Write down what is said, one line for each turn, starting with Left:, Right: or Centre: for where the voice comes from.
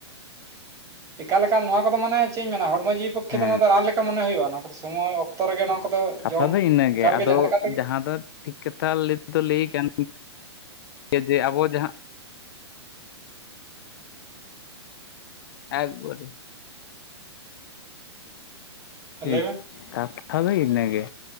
Right: ᱮᱠᱟ ᱞᱮᱠᱟᱱ ᱱᱚᱣᱟ ᱠᱚᱫᱚ ᱢᱟᱱᱮ ᱪᱮᱫ ᱤᱧ ᱢᱮᱱᱟ ᱦᱚᱲᱢᱚ ᱡᱤᱵᱽ ᱯᱚᱠᱠᱷᱮ
Left: ᱦᱮᱸ
Right: ᱫᱚ ᱱᱚᱣᱟ ᱫᱚ ᱨᱟᱱ ᱞᱮᱠᱟ ᱢᱚᱱᱮ ᱦᱩᱭᱩᱜᱼᱟ ᱱᱚᱣᱟ ᱠᱚᱫᱚ ᱥᱚᱢᱚᱭ ᱚᱠᱛᱚ ᱨᱮᱜᱮ ᱱᱚᱣᱟ ᱠᱚᱫᱚ
Left: ᱠᱟᱛᱷᱟ
Right: ᱡᱚᱢ
Left: ᱫᱚ ᱤᱱᱟᱹᱜᱮ
Right: ᱮᱠᱟᱞ
Left: ᱟᱫᱚ
Right: ᱜᱮ ᱡᱟᱦᱟᱸ ᱞᱮᱠᱟ ᱛᱮᱜᱮᱼᱼ
Left: ᱡᱟᱦᱟᱸ ᱫᱚ ᱴᱷᱤᱠ ᱠᱟᱛᱷᱟ ᱞᱟᱹᱭ ᱛᱮᱫᱚ ᱞᱟᱹᱭ ᱠᱟᱱ ᱜᱮᱭᱟ ᱡᱮ ᱟᱵᱚ ᱡᱟᱦᱟᱸᱼᱼ ᱮᱠᱵᱮ <unintelligible>
Right: ᱦᱮᱸ
Left: ᱴᱷᱤᱠ
Right: ᱞᱟᱹᱭ ᱢᱮ
Left: ᱠᱟᱛᱷᱟ ᱫᱚ ᱤᱱᱟᱹ ᱜᱮ